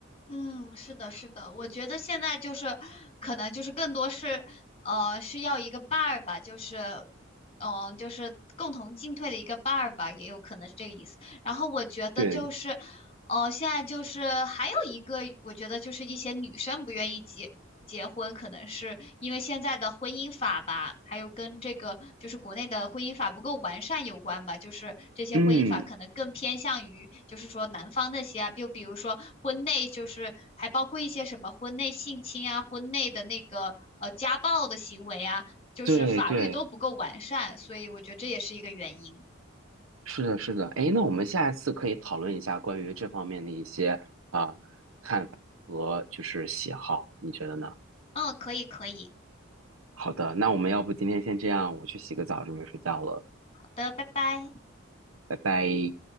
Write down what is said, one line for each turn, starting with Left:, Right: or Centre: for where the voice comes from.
Left: 嗯，是的，是的，我觉得现在就是，可能就是更多是，呃，需要一个伴儿吧，就是，嗯、就是共同进退的一个伴儿吧，也有可能是这个意思。然后我觉得就是，
Right: 对，
Left: 呃，现在就是还有一个，我觉得就是一些女生不愿意结结婚，可能是因为现在的婚姻法吧，还有跟这个就是国内的婚姻法不够完善有关吧。就是这些婚姻法可能更偏向于就是说男方那些啊，
Right: 嗯，
Left: 就比如说婚内就是还包括一些什么婚内性侵啊、婚内的那个呃家暴的行为啊，就是法律都不够完善，
Right: 对对，
Left: 所以我觉得这也是一个原因。
Right: 是的，是的。哎，那我们下一次可以讨论一下关于这方面的一些啊、呃看法和就是喜好，你觉得呢？
Left: 嗯，可以可以。
Right: 好的，那我们要不今天先这样，我去洗个澡，准备睡觉了，
Left: 好的，拜拜。
Right: 拜拜。